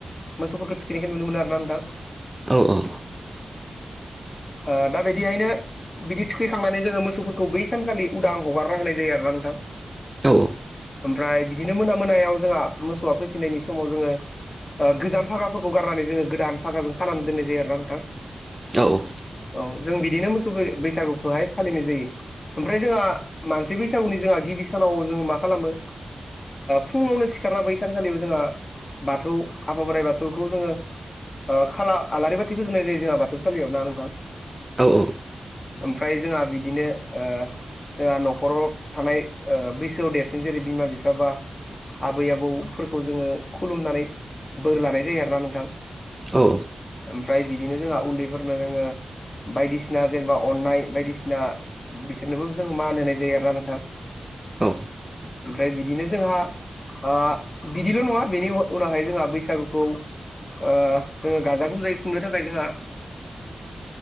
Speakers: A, on the left (about 40°); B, on the right (about 15°).
A: मोसौफोरखौ थुखैनायखौ नुनो मोनो आरोना नोंथां।
B: औ औ।
A: औ दा बिदिहायनो बिदि थुखैखांनानै जोङो मोसौफोरखौ बै सानखालि उदां हगारना होनाय जायो आरोना नोंथां।
B: औ औ।
A: ओमफ्राय बिदिनो मोना मोनायाव जोंहा मोसौआ फैफिननायनि समाव जोङो आ गोजाम भागाफोरखौ गारनानै जोङो गोदान भागाजों खानानै दोननाय जायो आरोना नोंथां।
B: औ औ।
A: औ जों बिदिनो मोसौ बै-बैसागुखौहाय फालिनाय जायो। ओमफ्राय जोंहा मानसि बैसागुनि जोंहा गिबि सानाव जोङो मा खालामो फुङावनो सिखारना बै सानखालिबो जोंहा बाथौ आफा बोराइ बाथौखौ जोङो आ खाला आलारि बाथि फुजोंनाय जायो जोंहा बाथौसाालियाव ना नोंथां?
B: औ औ।
A: ओमफ्राय जोंहा बिदिनो ओ जोंहा न'खराव थानाय बैसोआव देरसिन जेरै बिमा बिफा बा आबै आबौफोरखौ जोङो खुलुमनानै बोर लानाय जायो आरोना नोंथां।
B: औ।
A: ओमफ्राय बिदिनो जोंहा उन्दैफोरनो जोङो बायदिसिना जेनेबा अननाय बायदिसिना बिसोरनोबो जोङ मान होनाय जायो आरो ना नोंथां।
B: औ।
A: ओमफ्राय बिदिनो जोंहा आ बिदिल' नङा बेनि उनावहाय जोंहा बैसागुखौ ओ जोङो गाजा गोमजायै खुंनो थाखाय जोंहा